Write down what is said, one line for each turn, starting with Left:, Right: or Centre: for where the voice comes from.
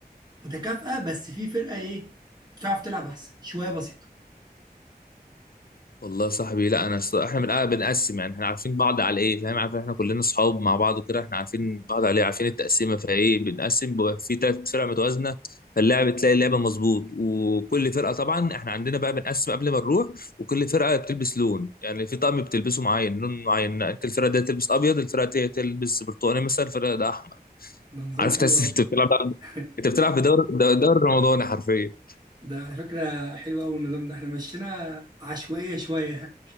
Right: متكافئه بس في فرقه ايه بتعرف تلعب احسن شويه بسيطه
Left: والله يا صاحبي لا انا س- احنا بن- بنقسم يعني احنا عارفين بعض على ايه فاهم عارف احنا كلنا اصحاب مع بعض وكده احنا عارفين بعض على ايه عارفين التقسيمه فايه بنقسم بيبقى في ثلاث فرق متوازنه فاللاعب تلاقي اللعبه مظبوط وكل فرقه طبعا احنا عندنا بقى بنقسم قبل ما نروح وكل فرقه بتلبس لون يعني في طقم بتلبسه معين لون معين انت الفرقه دي تلبس ابيض الفرقه دي تلبس برتقاني مثلا الفرقه ده احمر
Right: ده نظام
Left: عارف
Right: حلو
Left: تحس
Right: قوي
Left: انت بتلعب
Right: <laughs>
Left: انت بتلعب في دوري دوري رمضاني حرفيا
Right: ده على فكره حلو قوي النظام ده احنا مشينا عشوائيه شويه يعني